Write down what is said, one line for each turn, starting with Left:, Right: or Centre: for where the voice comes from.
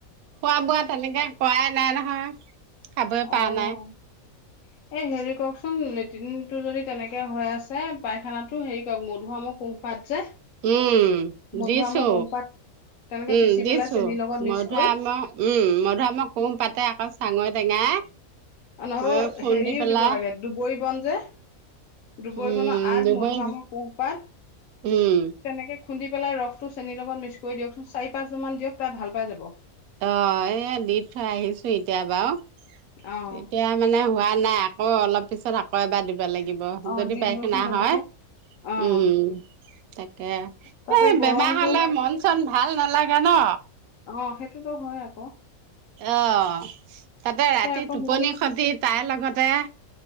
Right: খোৱা বোৱা তেনেকে কৰাই নাই নহয় খাবই পৰা
Left: অ এই
Right: নাই
Left: হেৰি কওকচোন লেট্ৰিনটো যদি তেনেকে হৈ আছে পাইখানাটো হেৰি কৰক মধুৰামৰ কোঁহপাত যে
Right: উম
Left: মধুআমৰ
Right: দিছো।
Left: কোঁহপাত তেনেকে
Right: উম
Left: পিচি
Right: দিছো,
Left: পেলাই চেনিৰ লগত মিক্স
Right: মধুুৰামৰ
Left: কৰি
Right: উম মধুৰামৰ কোঁহপাতে আকৌ চাঙৰি টেঙাই
Left: নহ
Right: মই খুন্দি
Left: হেৰিও
Right: পেলাই
Left: দিব লাগে দুবৰি বন যে দুবৰি
Right: উম
Left: বনৰ আগ
Right: দুবৰি
Left: মধুআমৰ পোহপাত
Right: উম
Left: তেনেকে খুন্দি পেলাই ৰসটো চেনীৰ লগত মিক্স কৰি দিয়কচোন, চাৰি পাঁচবাৰ মান দিয়ক, তাই ভাল পাই যাব
Right: অ এ দি থৈ আহিছো এতিয়া বাৰু
Left: অ',
Right: এতিয়া মানে হোৱা নাই আকৌ অলপ পিছত আকৌ এবাৰ দিব ব লাগিব
Left: অ',
Right: যদি
Left: দি
Right: পায়খানা
Left: দিবচোন তেনেকে।
Right: হয়
Left: অ',
Right: উম তাকে
Left: তাতে
Right: এ
Left: গৰমটো
Right: বেমাৰ হলে মন চন ভাল নালাগে ন
Left: অ সেইটোতো হয় আকৌ
Right: অ তাতে ৰাতি
Left: আকৌ
Right: টোপনি
Left: হেৰি
Right: খতি তাৰ লগতে